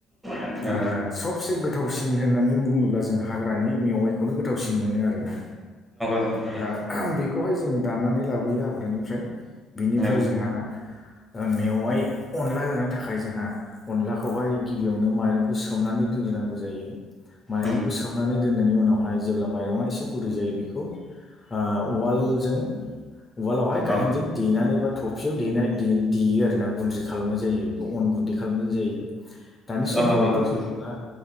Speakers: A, on the right; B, on the left.
A: नंगौ
B: ओ सबसे गोथ गोथावसिन होननानै बुङोब्ला जों हाग्रानि मेवाइखौनो गोथावसिन मोनो आरोना
A: नंगौ नोंथां
B: दा बेखौहाय जोङो दाननानै लाबोयो हाग्रानिफ्राय बिनिफ्राय
A: ओं
B: जोंहा ओ मेवाइ अनला जानो थाखाय जोंहा अनलाखौहाय गिबियावनो माइरंखौ सोमनानै दोनग्रोनांगौ जायो। माइरंखौ
A: ओं
B: सोमनानै दोननायनि उनावहाय जेब्ला माइरङा एसे गुरै जायो बेखौ ओ उवालजों उवालावहाय गायेनजों
A: अ
B: देनानै बा थफियाव दे देयो आरोना गुन्द्रि खालामनाय जायो बेखौ अन गुन्दै खालामनाय जायो दानि समफोरावथ
A: अ नंगौ नोंथां
B: जेनबा